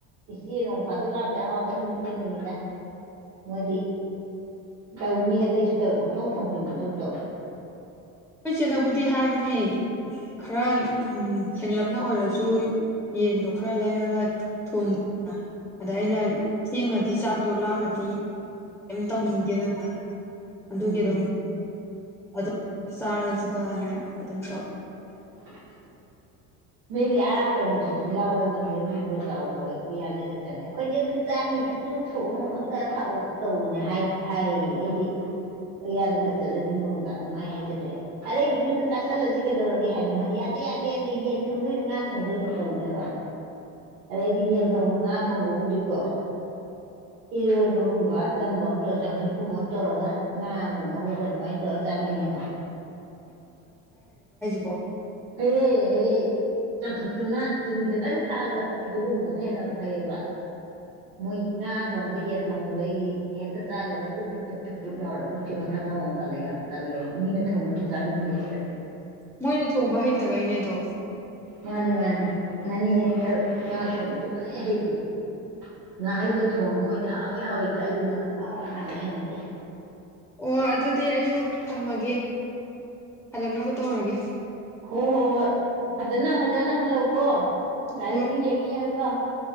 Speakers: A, on the right; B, in the centre.
A: ꯏꯆꯦ ꯅꯣꯡ ꯐꯥꯗꯣꯛ ꯂꯥꯛꯄꯖꯦ ꯑꯍꯥꯎꯕ ꯑꯗꯨꯝ ꯄꯤꯖꯅꯤꯡꯉꯤꯗ, ꯃꯣꯏꯗꯤ ꯇꯧꯏ ꯃꯤ ꯑꯇꯩꯁꯨ ꯇꯧꯏ ꯄꯪꯊꯣꯡ ꯐꯣꯡꯖꯤꯟꯕꯗꯧ ꯇꯧꯏ꯫
B: ꯑꯩꯈ ꯏꯆꯦꯅꯕꯨꯗꯤ ꯍꯥꯏꯕꯅꯦ ꯈꯔ ꯊꯦꯡꯂꯞꯅ ꯑꯣꯏꯔꯁꯨ ꯌꯦꯟꯗꯣ ꯈꯔ ꯂꯩꯔꯒ ꯊꯣꯡꯗꯅ ꯑꯗ ꯑꯩꯅ ꯊꯦꯡꯉꯗꯤ ꯆꯥꯛꯇꯣ ꯂꯥꯝꯃꯗꯤ ꯀꯩꯝ ꯇꯧꯅꯤꯡꯗꯦꯗꯅ ꯑꯗꯨꯒꯤ
A: ꯎꯝ
B: ꯑꯗꯨꯝ ꯑꯗꯣ ꯆꯥꯔꯁꯤꯗꯅ ꯑꯗꯨꯝ ꯇꯧ
A: <inaudible> ꯃꯤꯗꯤ ꯑꯥ ꯀꯩꯅꯣꯁꯨꯁꯤꯂꯥ ꯍꯣꯏ ꯃꯥꯂꯦꯝꯕꯤ ꯍꯣꯏ ꯆꯥꯎꯕ ꯍꯣꯏ ꯎꯌꯥꯟꯗꯒ ꯆꯠꯂꯦ ꯑꯩꯈꯣꯏꯗꯤ ꯑꯗꯨ ꯆꯥꯅꯤ ꯑꯗꯨ ꯊꯣꯡꯉꯨ ꯑꯗꯥ ꯊꯥꯛꯎ ꯇꯧꯑꯅꯥ ꯍꯥꯏꯑꯥꯌꯦ ꯑꯩꯗꯤ ꯎꯌꯥꯟꯗꯒ ꯆꯠꯂꯗꯤ ꯅꯣꯡꯇ ꯑꯗꯨꯃꯥꯏ ꯍꯥꯏꯖꯗꯦ, ꯑꯔꯩꯕꯗꯨ ꯍꯦꯛꯇ ꯆꯥꯥꯁꯜꯂꯁꯤ ꯀꯩꯗꯧꯔꯒꯦ ꯍꯥꯏꯅ ꯃꯣꯏꯅ ꯌꯥꯗꯦ ꯌꯥꯗꯦ ꯌꯥꯗꯦ ꯌꯦꯟ ꯊꯣꯡꯗꯣꯏꯅꯤ ꯉꯥ ꯊꯣꯡꯗꯣꯏꯅꯤ ꯇꯧꯅꯦꯕ꯫ ꯑꯗ ꯑꯩꯗꯤ ꯌꯦꯟꯊꯣꯡꯕ ꯉꯥ ꯊꯣꯡꯕꯕꯨꯗꯤ ꯀꯣ ꯏꯔꯣꯜꯕꯒꯨꯝꯕ ꯑꯆꯝꯕꯝ ꯇꯣ ꯆꯝꯐꯨꯠ ꯀꯨꯝꯕ ꯑꯃ ꯇꯧꯔꯒ ꯉꯥ ꯑꯝꯒ ꯉꯧꯔꯒ ꯑꯗꯨꯃꯥꯏꯅ ꯗꯣ ꯆꯥꯅꯤꯡꯉꯦꯕ꯫
B: ꯑꯣ
A: ꯍꯩ ꯔꯦ ꯍꯩꯔꯦ ꯌꯥꯝ ꯐꯨꯠꯇꯨꯅ ꯆꯤꯅꯤ ꯈꯤꯇꯪ ꯊꯥꯛꯑꯒ ꯑꯗꯨꯒꯨꯝꯕꯅ ꯍꯦꯟꯅꯥ ꯐꯩꯑꯦꯕ ꯃꯣꯏ ꯉꯥ ꯊꯣꯡꯕ ꯌꯦꯟ ꯊꯣꯡꯕꯗ ꯑꯩꯒꯤ ꯍꯦꯛꯇ ꯆꯥ ꯂꯣꯏꯔꯦ ꯇꯨꯛ ꯇꯨꯛ ꯇꯨꯛ ꯇꯨꯛ ꯂꯥꯎꯔꯦ ꯄꯨꯛꯁꯦ ꯃꯊꯪꯒ ꯑꯣꯟꯈꯠꯂꯦ ꯍꯥꯏꯕ ꯇꯜꯂꯦꯕ ꯃꯤꯅ ꯊꯣꯡꯉꯩꯁꯨ ꯆꯥꯅꯤꯡꯗꯦ ꯑꯩ
B: ꯃꯣꯏꯅ ꯊꯣꯡꯕ ꯍꯩ ꯇꯕꯩꯅꯦ ꯑꯗꯣ
A: ꯃꯥꯅꯦ ꯃꯥꯅꯦ ꯅꯥꯅꯦ ꯊꯔ ꯉ ꯊꯣꯡꯕ ꯁꯨꯡꯍꯩ ꯍꯩꯇꯦ ꯉꯍꯩꯒꯊꯣꯡ ꯃꯣꯏ ꯍꯥꯎꯋꯦ ꯍꯥꯎꯋꯦꯁꯦ ꯑꯩꯗꯤ ꯃꯅꯝ ꯋꯥ ꯋꯥ ꯅꯝꯃꯦ ꯍꯩꯅꯗꯦ
B: ꯍꯣꯏ ꯑꯗꯨꯗꯤ ꯑꯩꯁꯨ ꯊꯝꯃꯒꯦ ꯍꯂꯛꯅꯕ ꯇꯧꯔꯒꯦ
A: ꯍꯣ ꯍꯣ ꯍꯣꯏ ꯐꯖꯅ ꯐꯖꯅ ꯍꯜꯂꯧ ꯀꯣ ꯒꯥꯔꯤꯗꯤ
B: ꯍꯣꯏ
A: ꯌꯦꯡꯉ ꯌꯦꯡꯉꯥ ꯀ